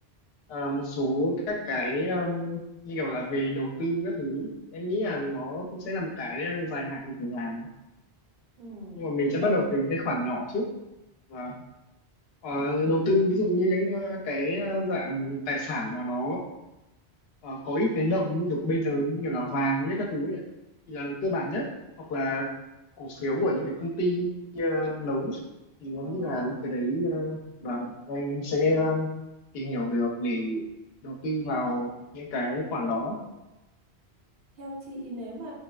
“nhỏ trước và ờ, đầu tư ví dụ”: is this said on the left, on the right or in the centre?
Left